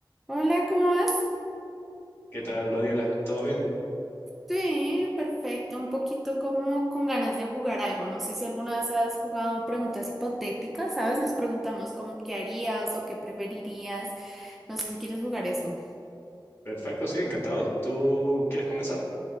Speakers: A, in the centre; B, on the left.
A: Hola, ¿cómo vas?
B: ¿Qué tal, Daniela? ¿Todo bien?
A: Sí, perfecto, un poquito como con ganas de jugar algo. No sé si alguna vez has jugado preguntas hipotéticas, ¿sabes? Nos preguntamos como qué harías o qué preferirías. No sé si quieres jugar eso.
B: Perfecto, sí, encantado. ¿Tú quieres comenzar?